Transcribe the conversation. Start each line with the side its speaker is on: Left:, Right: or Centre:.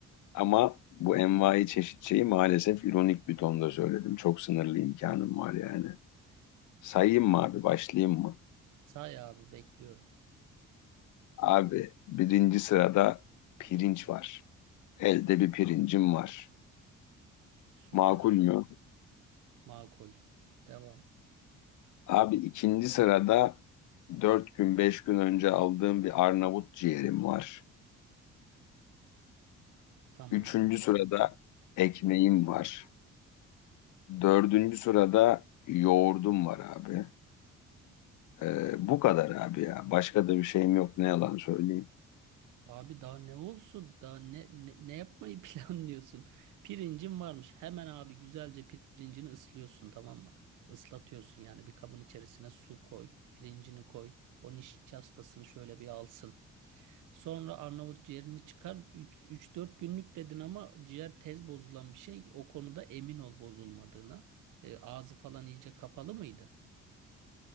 Left: Ama bu envai çeşit şeyi maalesef ironik bir tonda söyledim. Çok sınırlı imkanım var yani. Sayayım mı abi, başlayayım mı?
Right: Say abi bekliyorum.
Left: Abi birinci sırada pirinç var. Elde bir pirincim var.
Right: Süper.
Left: Makul mü?
Right: Makul. Devam.
Left: Abi ikinci sırada dört gün beş gün önce aldığım bir Arnavut ciğerim var.
Right: Tamam.
Left: Üçüncü sırada ekmeğim var. Dördüncü sırada yoğurdum var abi. Ee, bu kadar abi ya. Başka da bir şeyim yok ne yalan söyleyeyim.
Right: Abi daha ne olsun? Daha ne, ne, ne yapmayı <laughs> planlıyorsun? Pirincin varmış. Hemen abi güzelce pirincini ıslıyorsun tamam mı? Islatıyorsun yani bir kabın içerisine su koy. Pirincini koy. O nişastasını şöyle bir alsın. Sonra Arnavut ciğerini çıkar. üç dört günlük dedin ama ciğer tez bozulan bir şey. O konuda emin ol bozulmadığına. E, ağzı falan iyice kapalı mıydı?